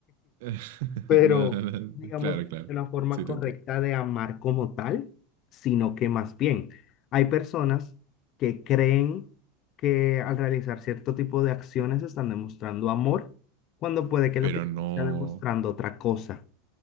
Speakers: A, on the right (about 70°); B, on the left (about 45°).
A: <laughs>
B: pero
A: No, no, no.
B: digamos
A: Claro,
B: que
A: claro.
B: no es una forma
A: Sí,
B: correcta
A: te entiendo.
B: de amar como tal, sino que más bien hay personas que creen que al realizar cierto tipo de acciones están demostrando amor, cuando puede que lo
A: Pero
B: que
A: no.
B: está demostrando otra cosa.